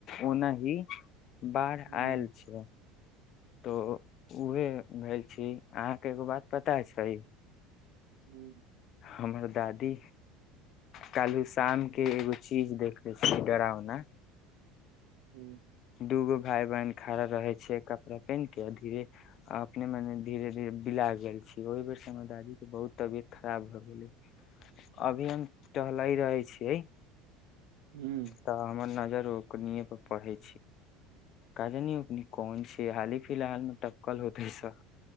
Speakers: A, on the left; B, on the right.
A: ओनाही बाढ़
B: हूँ
A: आयल छीयै तो उहे भेल छी अहाँके एगो बात पता छय
B: हू
A: हमर दादी कालहि शाम के एगो चीज देखले छी डरावना
B: हू
A: दूगो भाइ बहिन खड़ा रहै छैयै कपड़ा पेन्हके धीरे अपने मने धीरे धीरे बिला गेल छियै ओहि बेर हमर दादीके बहुत तबियत खराब भऽ गेलै अभी हम टहलै रहै छियै
B: हूँ
A: तऽ हमर न ओकनिये पढ़ै काज कोन छी हाली फिलहाल मे टपकल होते सब